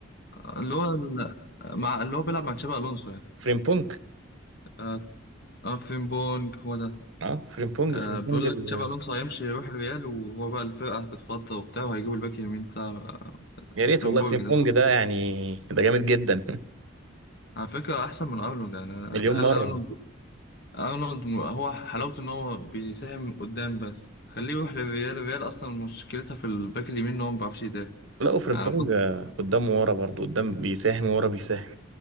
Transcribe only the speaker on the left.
آه، اللي هو ال- مع اللي هو بيلعب مع تشابي الونسو يعني
آه، آه، فين بونج هو ده
آه،
بيقول
لك تشابي الونسو هيمشي يروح الريال وهو بقى الفرقه هتتفضى وبتاع وهيجيبوا الباك اليمين بتاع آه،
فين
بورج
ده
على فكرة أحسن من أرنولد يعني أنا-
خلي
أرنولد أرنولد م- هو حلاوته إن هو بيساهم قدام بس خليه يروح للريال الريال أصلا مشكلتها في الباك اليمين إن هو ما بيعرفش يدافع
يعني فاس-